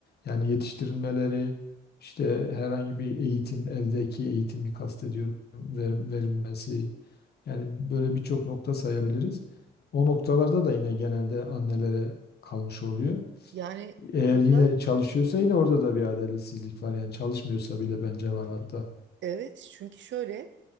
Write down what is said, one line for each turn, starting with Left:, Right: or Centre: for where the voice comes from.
Left: Yani yetiştirilmeleri, işte herhangi bir eğitim, evdeki eğitimi kastediyorum, verim- verilmesi. Yani böyle birçok nokta sayabiliriz. O noktalarda da yine genelde annelere kalmış oluyor.
Right: yani
Left: Eğer
Right: burada
Left: yine çalışıyorsa yine orada da bir adaletsizlik var. Yani çalışmıyorsa bile bence var hatta.
Right: Evet çünkü şöyle